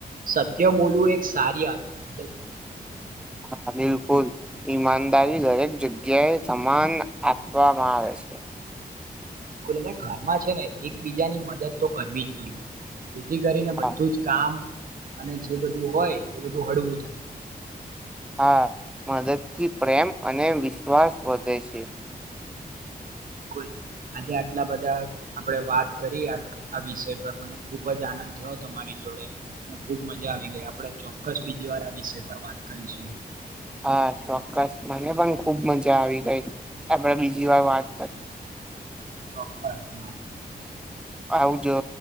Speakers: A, on the right (about 60°); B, in the centre.
A: સત્ય બોલવું, એક સારી આદત
B: હા, બિલકુલ ઈમાનદારી દરેક જગ્યાએ સમાન આપવામાં આવે. <unintelligible>
A: બિલકુલ અને ઘરમાં છેને, એકબીજાની મદદ તો કરવી જ જોઈએ. જેથી, કરીને
B: હા
A: બધું જ કામ અને જે બધું હોય, એ બધું હળવું થાય
B: હા, મદદથી પ્રેમ અને વિશ્વાસ વધે છે.
A: કુલ. આજે આટલા બધા આપડે વાત કરીએ, આટલા બધા વિષય પર મને ખુબજ આનંદ થયો હતો મારી જોડે અને ખુબ મજા આવી ગઈ, આપણે ચોક્કસ બીજી વાર આ વિષય પર વાત કરીશું.
B: હા, ચોક્કસ મને પણ ખુબ મજા આવી ગઈ, આપડે બીજી વાર વાત
A: ચોક્કસ હા.
B: આવજો